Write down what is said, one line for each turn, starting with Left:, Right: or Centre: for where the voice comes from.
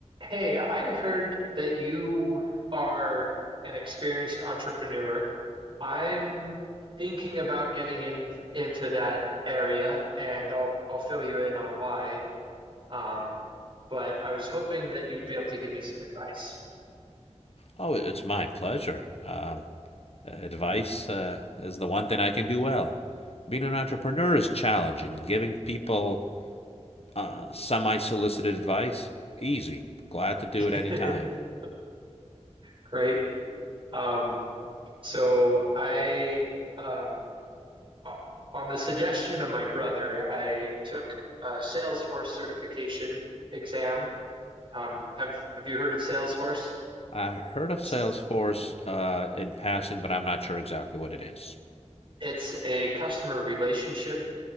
Right: Hey, I heard that you are an experienced entrepreneur. I'm thinking about getting in into that area, and I'll I'll fill you in on why. Um, but I was hoping that you'd be able to give me some advice.
Left: Oh, it's my pleasure. Um, advice uh, is the one thing I can do well. Being an entrepreneur is challenging. Giving people uh, semi-solicited advice, easy. Glad to do it
Right: <laughs>
Left: any time.
Right: Great. Um, so I um, o- on the suggestion of my brother, I took a Salesforce certification exam. Um, have have you heard of Salesforce?
Left: I heard of
Right: So,
Left: Salesforce uh, in passing, but I'm not sure exactly what it is.
Right: It's a customer relationship